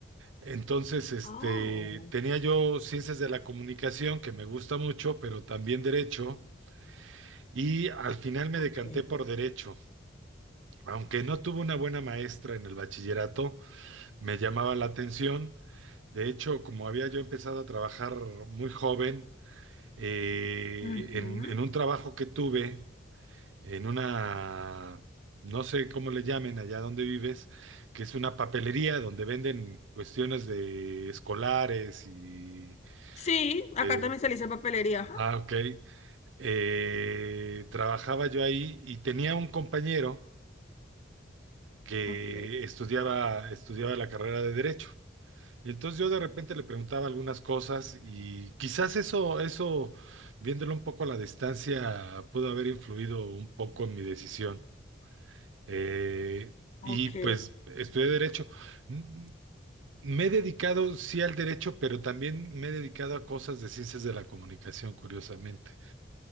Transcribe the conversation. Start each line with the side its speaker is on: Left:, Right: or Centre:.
Right: Entonces, este,
Left: oh,
Right: tenía yo ciencias de la comunicación, que me gusta mucho, pero también derecho, y al final me
Left: ok.
Right: decanté por derecho. Aunque no tuve una buena maestra en el bachillerato, me llamaba la atención. De hecho, como había yo empezado a trabajar muy joven, eh,
Left: Ujú.
Right: en, en un trabajo que tuve, en una, no sé cómo le llamen allá donde vives, que es una papelería donde venden cuestiones de escolares y...
Left: Sí, acá
Right: eh,
Left: también se le dice papelería. ajá.
Right: ah, ok. Eh, trabajaba yo ahí y tenía un compañero que
Left: Ok,
Right: estudiaba, estudiaba la carrera de Derecho. Y entonces yo de repente le preguntaba algunas cosas y quizás eso, eso, viéndolo un poco a la distancia, pudo haber influido un poco en mi decisión. Eh, y
Left: ok.
Right: pues estudié derecho. Mm, mm, Me he dedicado sí al derecho, pero también me he dedicado a cosas de ciencias de la comunicación, curiosamente.